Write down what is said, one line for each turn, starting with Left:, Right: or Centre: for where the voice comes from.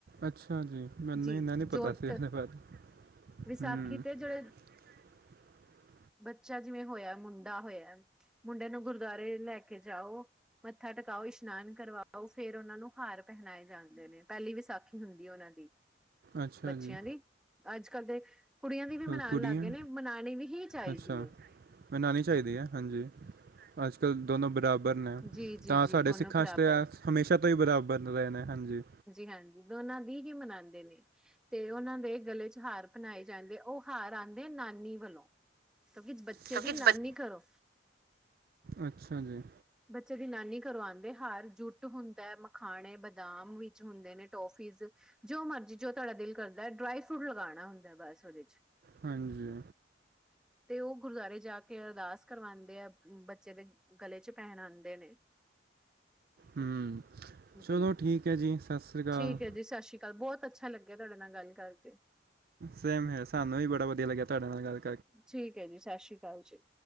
Right: ਅੱਛਾ ਜੀ, ਮੈਨੂੰ
Centre: ਜੀ
Right: ਇਨਾ ਨੀ
Centre: ਜੋਟ
Right: ਪਤਾ ਸੀ ਇਹਦੇ ਬਾਰੇ
Centre: ਵਿਸਾਖੀ
Right: ਹੂੰ
Centre: ਤੇ ਜਿਹੜੇ
Right: <inaudible>
Centre: ਬੱਚਾ ਜਿਵੇਂ ਹੋਇਆ ਮੁੰਡਾ ਹੋਇਆ, ਮੁੰਡੇ ਨੂੰ ਗੁਰਦੁਆਰੇ ਲੈ ਕੇ ਜਾਓ ਮੱਥਾ ਟਕਾਓ, ਇਸ਼ਨਾਨ ਕਰਵਾਓ, ਫੇਰ ਉਹਨਾਂ ਨੂੰ ਹਾਰ ਪਹਿਨਾਏ ਜਾਂਦੇ ਨੇ, ਪਹਿਲੀ ਵਿਸਾਖੀ ਹੁੰਦੀ ਉਹਨਾਂ ਦੀ
Right: ਅੱਛਾ
Centre: ਬੱਚਿਆਂ
Right: ਜੀ
Centre: ਦੀ ਅੱਜ -ਕੱਲ੍ਹ ਤੇ ਕੁੜੀਆਂ ਦੀ ਵੀ ਮਨਾਉਣ
Right: ਹੋਰ ਕੁੜੀਆਂ
Centre: ਲੱਗ ਗਏ ਨੇ, ਮਨਾਉਣੀ ਵੀ ਹੀ ਚਾਹੀਦੀ
Right: ਅੱਛਾ
Centre: ਹੈ
Right: ਮਨਾਉਣੀ ਚਾਹੀਦੀ ਹੈ, ਹਾਂਜੀ ਅੱਜ ਕੱਲ੍ਹ ਦੋਨੋ ਬਰਾਬਰ ਨੇ
Centre: ਜੀ ਜੀ
Right: ਤਾਂ
Centre: ਜੀ
Right: ਸਾਡੇ
Centre: ਦੋਨੋ
Right: ਸਿੱਖਾਂ
Centre: ਬਰਾਬਰ
Right: ਚ ਤੇ ਹਮੇਸ਼ਾ ਤੋਂ ਹੀ ਬਰਾਬਰ ਰਹੇ ਨੇ ਹਾਂਜੀ
Centre: ਹਾਂਜੀ ਦੋਨਾਂ ਦੀ ਹੀ ਮਨਾਉਂਦੇ ਨੇ ਤੇ ਉਹਨਾਂ ਦੇ ਗਲੇ ਚ ਹਾਰ ਪਹਿਨਾਏ ਜਾਂਦੇ, ਉਹ ਹਾਰ ਆਉਂਦੇ ਨਾਨੀ ਵੱਲੋਂ ਕਿਉਂਕਿ, ਬੱਚੇ
Right: ਕਿਉਂਕਿ
Centre: ਦੀ ਨਾਨੀ
Right: ਬ
Centre: ਘਰੋ
Right: ਅੱਛਾ ਜੀ
Centre: ਬੱਚੇ ਦੀ ਨਾਨੀ ਘਰੋਂ ਆਉਂਦੇ, ਹਾਰ ਜੁੱਟ ਹੁੰਦਾ ਹੈ ਮਖਾਣੇ ਬਦਾਮ ਵਿੱਚ ਹੁੰਦੇ ਨੇ ਟੋਫੀਜ਼, ਜੋ ਮਰਜੀ ਜੋ ਤੁਹਾਡਾ ਦਿਲ ਕਰਦਾ ਡਰਾਈ ਫਰੂਟ ਲਗਾਉਣਾ ਹੁੰਦਾ ਬਸ ਉਹਦੇ ਚ
Right: ਹਾਂਜੀ
Centre: ਤੇ ਉਹ ਗੁਰਦੁਆਰੇ ਜਾ ਕੇ ਅਰਦਾਸ ਕਰਵਾਉਂਦੇ ਆ, ਬੱਚੇ ਦੇ ਗਲੇ ਚ ਪਹਿਨਾਦੇ ਨੇ।
Right: ਹਮ
Centre: ਜੀ
Right: ਚਲੋ ਠੀਕ ਹੈ, ਜੀ ਸਤਿ ਸ੍ਰੀ ਅਕਾਲ।
Centre: ਠੀਕ ਹੈ ਜੀ ਸਤਿ ਸ਼੍ਰੀ ਬਹੁਤ ਅੱਛਾ ਲੱਗਿਆ, ਤੁਹਾਡੇ ਨਾਲ ਗੱਲ ਕਰਕੇ।
Right: ਸੇਮ ਹੇਅਰ, ਸਾਨੂੰ ਵੀ ਬੜਾ ਵਧੀਆ ਲੱਗਿਆ, ਤੁਹਾਡੇ ਨਾਲ ਗੱਲ
Centre: ਠੀਕ ਹੈ ਜੀ, ਸਤਿ ਸ਼੍ਰੀ ਅਕਾਲ ਜੀ।